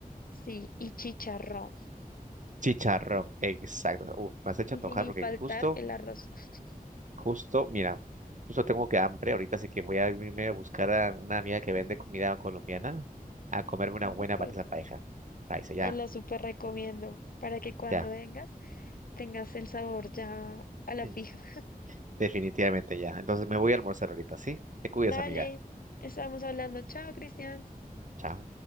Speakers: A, on the left; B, on the right.
A: Sí, y chicharrón.
B: Chicharrón, exacto. Uf, me has hecho
A: Y
B: antojar
A: sin
B: porque
A: faltar
B: justo,
A: el arroz. <laughs>
B: justo, mira, justo tengo que hambre ahorita, así que voy a irme a buscar a una amiga que vende comida colombiana a comerme una
A: Súper.
B: buena para esa pareja. Ahí está, ya,
A: Te lo súper recomiendo para que cuando
B: ya,
A: vengas tengas el sabor ya a la
B: es-
A: fija.
B: definitivamente ya. Entonces me voy a almorzar ahorita, ¿sí? Te cuidas,
A: Dale,
B: amiga.
A: estamos hablando. Chao, Cristian.
B: Chao.